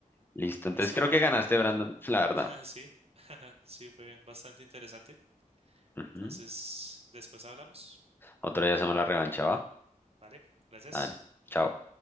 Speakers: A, on the left; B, on the right.
A: Listo, entonces
B: Listo,
A: creo
B: Juan.
A: que ganaste, Brandon, la verdad.
B: <laughs> Sí, <laughs> sí, fue bastante interesante.
A: Ujú.
B: Entonces, después hablamos.
A: Otro día hacemos la revancha, ¿va?
B: Vale, gracias.
A: Dale, chao.